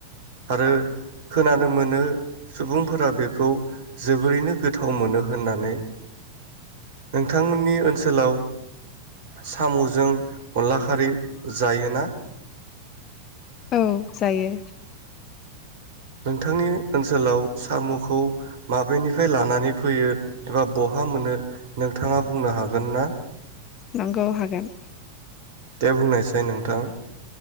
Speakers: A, on the right; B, on the left.
A: आरो खोनानो मोनो सुबुंफोरा बेखौ जोबोरैनो गोथाव मोनो होननानै नोंथांमोननि ओनसोलाव साम'जों अनला खारि जायोना
B: औ जायो
A: नोंथांनि ओनसोलाव साम'खौ माबेनिफ्राय लानानै फैयो एबा बहा मोनो नोंथाङा बुंनो हागोन ना
B: नोंगौ हागोन
A: दे बुंनायसाइ नोंथां